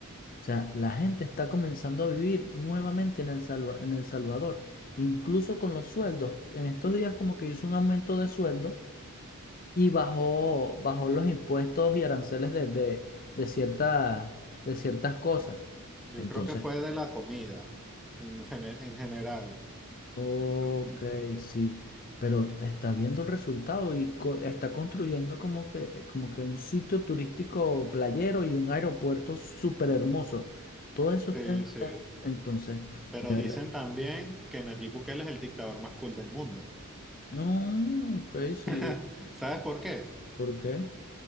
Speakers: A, on the left (about 40°); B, in the centre.
A: O sea, la gente está comenzando a vivir nuevamente en El Salva- en El Salvador, incluso con los sueldos. En estos días como que hizo un aumento de sueldo y bajó, bajó los impuestos y aranceles de, de, de cierta- de ciertas cosas.
B: Yo
A: Entonces,
B: creo que fue de la comida en, gene- en general.
A: Ok,
B: <clears throat>
A: sí, pero está viendo el resultado y co- está construyendo como que, como que un sitio turístico playero y un aeropuerto súper hermoso. Todo eso
B: Sí,
A: está en...
B: sí.
A: está- Entonces,
B: Pero
A: de verdad.
B: dicen también que Nayib Bukele es el dictador más cool del mundo.
A: No, ok,
B: <laughs>
A: sí.
B: ¿Sabes por qué?
A: ¿Por qué?